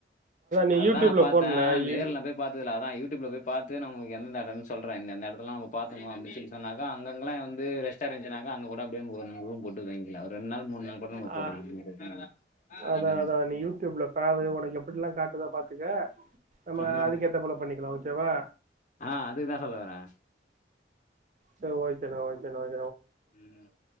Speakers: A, on the right (about 45°); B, on the left (about 45°).
A: நீ
B: அதா
A: யூடியூப்ல
B: நா பாத்தே
A: போடுண்ணே
B: ஆனா நேர்ல நா போய் பாத்ததில்ல அதா யூட்யூப்ல போய் பாத்து நம்மளுக்கு எந்த எந்த எடன்னு சொல்றே இந்த இந்த எடத்தலா நம்ம பாக்கணு அப்டின் சொல்லி சொன்னாதா அங்கங்கலா வந்து ரெஸ்டாரன்ட்னா ஆ அங்க கூட அப்டியே ம் ஒரு ரூம் போட்டு தங்கிக்லா அ ஒரு ரெண்ட் நாள் மூண் நாள் கூட நம்ம போட்டுக்கலாம்.
A: ஆ
B: ஒண்ணும் பிரச்சனை இல்ல.
A: அதா
B: ம்.
A: அதா நீ யூட்யூப்ல பாரு ஒனக்கு எப்டிலா காட்டுதோ பாத் த்துக்க நம்ம
B: ம்.
A: அதுக்கு ஏத்த போல பண்ணிக்கலா ஓகேவா
B: ஆ அதுக்குதா சொல்ல வரே
A: சேரி ஓகேனா ஓகேனா ஓக்
B: ம்